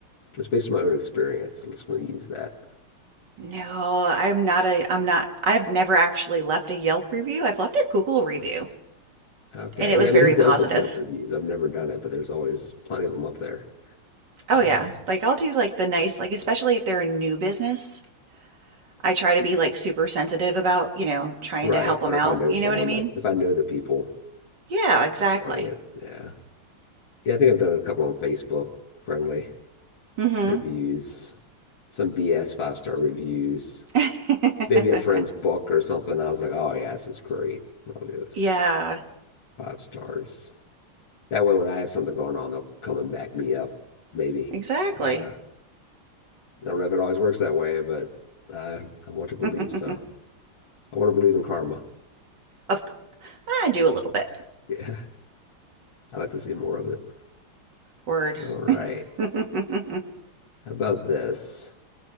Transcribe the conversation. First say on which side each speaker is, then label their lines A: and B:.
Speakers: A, on the left; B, on the right.
A: just based on my own experience. I'm just going to use that.
B: No, I'm not a I'm not I've never actually left a Yelp review. I've left a Google review
A: Okay.
B: and it
A: Yeah,
B: was
A: I mean,
B: very
A: who does
B: positive.
A: the Yelp reviews? I've never done it, but there's always plenty of them up there.
B: Oh
A: I don't
B: yeah.
A: know.
B: Like I'll do like the nice like especially if they're a new business, I try to be like super sensitive about, you know, trying
A: Right.
B: to help them
A: Or
B: out.
A: if I know
B: You
A: someone
B: know what I mean?
A: that, if I know the people
B: Yeah, exactly.
A: that are running it. Yeah. Yeah, I think I've done a couple on Facebook, friendly
B: Mhm.
A: reviews, some BS five star reviews,
B: <laughs>
A: maybe a friend's book or something. I was like, oh, yeah, this is great. I'll give this
B: Yeah,
A: five stars. That way, when I have something going on, they'll come and back me up, maybe.
B: exactly.
A: I don't know. I don't know if it always works that way, but I, I want to believe
B: <laughs>
A: so. I want to believe in karma.
B: Of I do a little bit.
A: Yeah, <laughs> I'd like to see more of it.
B: Word.
A: All right.
B: <laughs> I'm
A: How about this?